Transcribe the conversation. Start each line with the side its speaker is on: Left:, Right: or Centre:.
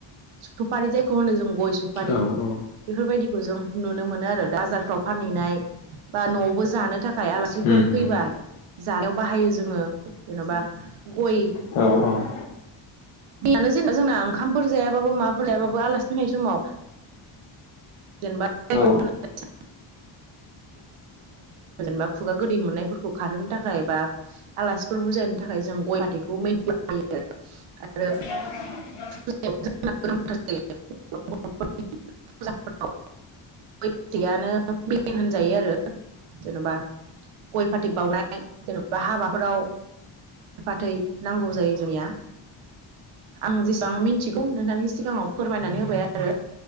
Right: सुफारि जायखौ होनो जों गय सुफारि
Left: औ उम
Right: बेफोरबायदिखौ जों नुनो मोनो आरो। बाजारफ्राव फानहैनाय बा न'आवबो जानो थाखाय आलासिफोर
Left: उम
Right: फैबा
Left: औ
Right: जानायाव बाहायो जोङो। जेन'बा गय
Left: औ औ
Right: बेनो जेनबा जोंना ओंखामफोर जायाबाबो माबाफोर जायाबाबो आलासि फैनाय समाव जेनेबा <unintelligible>
Left: औ
Right: जेनेबा खुगा गोदै मोननायफोरखौ खारहोनो थाखाय बा आलासिफोर बुजायनो थाखाय जों गय फाथैखौ <unintelligible> आरो
Left: <unintelligible>
Right: <unintelligible> गोनथार जायो बरफोरनि फुजाफोराव <unintelligible> मेइन होनजायो आरो जेनेबा गय फाथै बाउनाय जेनेबा हाबाफोराव फाथै नांगौ जायो जोंनिया। आं जेसेबां मिथिगौ नोंथांनि सिगाङाव फोरमायनानै होबाय आरो।